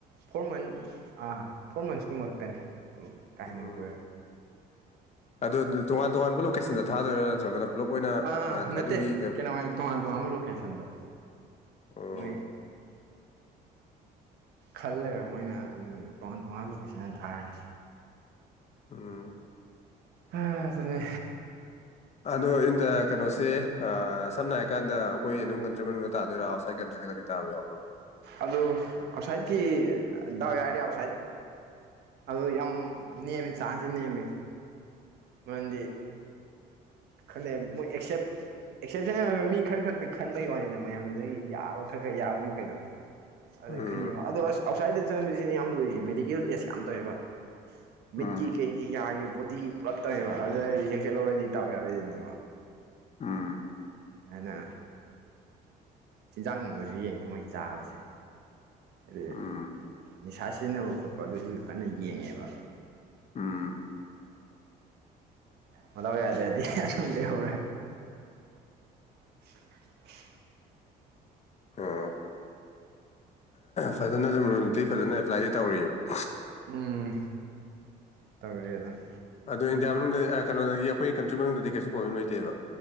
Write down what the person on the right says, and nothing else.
ꯐꯣꯔ ꯃꯟꯁ ꯑꯥ ꯐꯣꯔ ꯃꯟꯁꯀꯨꯝ ꯃꯔꯛꯇꯅꯦ ꯀꯥ
ꯍꯥꯏꯦꯅꯤ ꯀꯣꯏꯔꯣꯏ
ꯑꯥ
ꯅꯠꯇꯦ
ꯀꯩꯅꯃ ꯇꯣꯉꯥꯟ ꯇꯣꯉꯥꯟꯕ ꯂꯣꯀꯦꯁꯟꯗ
ꯃꯣꯏ ꯈꯜꯂꯒ ꯃꯣꯏꯅ ꯑꯗꯨꯝ ꯇꯣꯉꯥꯟ ꯇꯣꯉꯥꯟꯕ ꯂꯣꯀꯦꯁꯟ ꯑꯗꯨ ꯊꯥꯔꯅꯤ
ꯍꯥꯥꯔꯦ
ꯑꯗꯨ ꯉꯁꯥꯏꯠꯀꯤ ꯗꯥꯋꯥ ꯌꯥꯗꯤ ꯑꯥꯎꯁꯥꯏꯠ ꯑꯗꯨ ꯌꯥꯝ ꯅꯦꯝꯃꯤ ꯆꯥꯟꯁꯦ ꯅꯦꯝꯃꯤ ꯃꯗꯤ ꯀ ꯃꯣꯏ ꯑꯦꯛꯁꯦꯞ ꯑꯦꯛꯁꯦꯞꯁꯟꯅꯜ ꯑꯣꯏꯕ ꯃꯤ ꯈꯔ ꯈꯛꯇ ꯈꯟꯕꯒꯤ ꯋꯥꯅꯤꯗ ꯃꯌꯥꯝꯗꯨꯗꯒꯤ ꯌꯥꯕ ꯈꯔ ꯈꯔ ꯌꯥꯕ ꯃꯈꯩꯗꯣ ꯑꯗ
ꯈꯟꯅꯤꯕꯣ ꯑꯗꯣ ꯑꯁ ꯑꯥꯎꯠꯁꯥꯏꯗꯠꯇ ꯆꯪꯕꯁꯤꯅ ꯌꯥꯝ ꯂꯨꯔꯤꯁꯦ ꯃꯦꯗꯤꯀꯦꯜ ꯇꯦꯁ ꯌꯥꯝ ꯇꯧꯋꯦꯕ
ꯃꯤꯠꯀꯤ ꯀꯩꯒꯤ ꯌꯥꯒꯤ ꯕꯣꯗꯤꯒꯤ ꯄꯨꯂꯞ ꯇꯧꯋꯦꯕ ꯑꯗꯨꯗ ꯔꯤꯖꯦꯛꯁꯦꯠ ꯂꯧꯔꯗꯤꯗꯥꯎ ꯌꯥ ꯑꯣꯏꯅꯦꯕ
ꯑꯅ ꯆꯤꯟꯖꯥꯛ ꯅꯨꯡꯕꯁꯨ ꯌꯦꯡꯉꯤ ꯃꯣꯏ ꯆꯥꯕꯁꯦ ꯑꯗꯨꯩ
ꯅꯤꯁꯥ ꯁꯤꯖꯤꯟꯅꯕ ꯈꯣꯠꯄ ꯑꯗꯨꯁꯨ ꯀꯟꯅ ꯌꯦꯡꯉꯦꯕ
ꯃꯂ ꯌꯥꯗꯗꯤꯟ ꯂꯩꯦ ꯈꯔꯦ <inaudible>
ꯎꯝ ꯇꯧꯔꯤ ꯑꯗꯨꯅꯤ